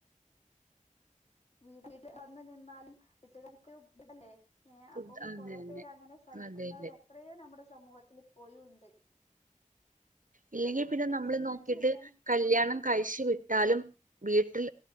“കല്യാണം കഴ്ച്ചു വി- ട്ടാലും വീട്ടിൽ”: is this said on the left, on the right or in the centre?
Right